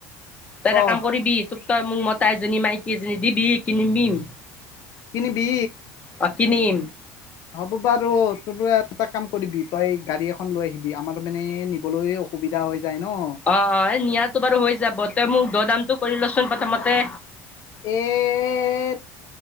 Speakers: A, on the left; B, on the left.
A: যি এটা
B: ক
A: কাম কৰ তোক তই মোক মতা এজনী, মাইকী এজনী দিবি কিনিমিম।
B: কিনিবি?
A: অ কিনিম।
B: হ'ব বাৰু, তোৰো এটা কাম কৰিবি, তই গাড়ী এখন লৈ আহিবি আমাৰ মানে নিবলৈ অ সুবিধা হৈ যায় ন।
A: অ অ, এই নিয়াটো বাৰু হৈ যাব, তই মোক দ দামটো কৰি লচোন প্ৰথমতে।
B: এত